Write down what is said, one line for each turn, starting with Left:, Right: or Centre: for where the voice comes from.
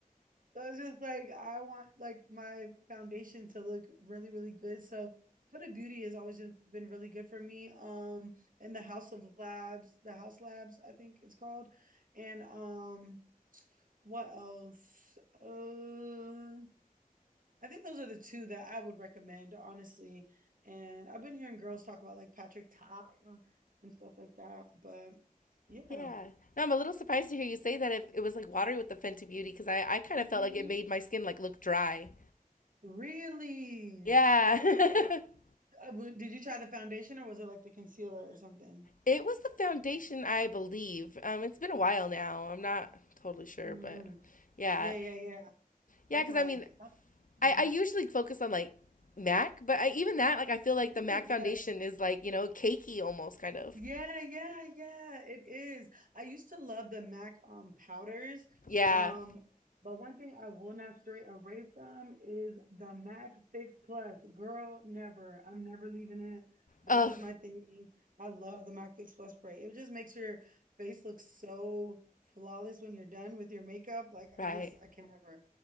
Right: so it's just like I want like my foundation to look really, really good. So Huda Beauty has always just been really good for me. Um, and the House of Labs, the House Labs, I think it's called. And um, what else? Uh, I think those are the two that I would recommend, honestly. And I've been hearing girls talk about like Patrick Ta and stuff like that, but yeah.
Left: Yeah. No, I'm a little surprised to hear you say that if it was like watery with the Fenty Beauty because I, I kind
Right: Mhm.
Left: of felt like it made my skin like look dry.
Right: Really?
Left: Yeah. <laughs>
Right: Uh, w- Did you try the foundation or was it like the concealer or something?
Left: It was the foundation, I believe. Um, it's been a while now. I'm not totally sure,
Right: Mm,
Left: but yeah,
Right: yeah, yeah, yeah.
Left: yeah.
Right: I'm
Left: Because
Right: like,
Left: I mean,
Right: uh, mm,
Left: I, I usually focus on like Mac, but I, even that, like, I feel like the Mac
Right: ooh,
Left: foundation
Right: yeah.
Left: is like you know cakey almost kind of.
Right: Yeah, yeah, yeah, it is. I used to love the MAC um powders.
Left: Yeah.
Right: Um, but one thing I will not stray away from is the MAC Fix Plus. Girl, never. I'm never leaving it. That
Left: Oh,
Right: is my thing. I love the MAC Fix Plus spray. It just makes your face look so flawless when you're done with your makeup. Like
Left: right.
Right: I just I can never.